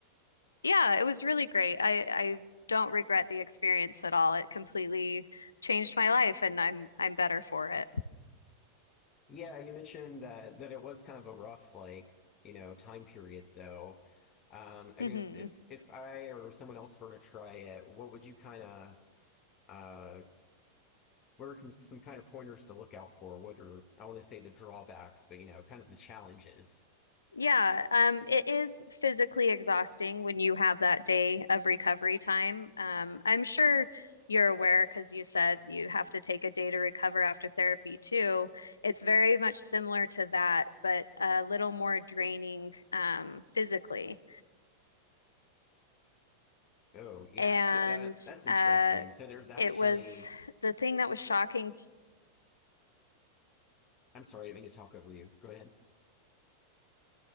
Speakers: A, on the left; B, on the left.
A: Yeah, it was really great. I I don't regret the experience at all. It completely changed my life and I'm I'm better for it.
B: Yeah, you mentioned that that it was kind of a rough like, you know, time period though. Um, I
A: hmm
B: guess if if I or someone else were to try it, what would you kind of uh what are com- some kind of pointers to look out for? What are I want to say the drawbacks, but you know, kind of the challenges.
A: Yeah, um, it is physically exhausting when you have that day of recovery time. Um, I'm sure you're aware because you said you have to take a day to recover after therapy too. It's very much similar to that, but a little more draining um, physically.
B: Oh, yeah,
A: And
B: so uh, that's interesting.
A: uh,
B: So there's actually
A: it was the thing that was shocking
B: I'm sorry, I didn't mean to talk over you. Go ahead.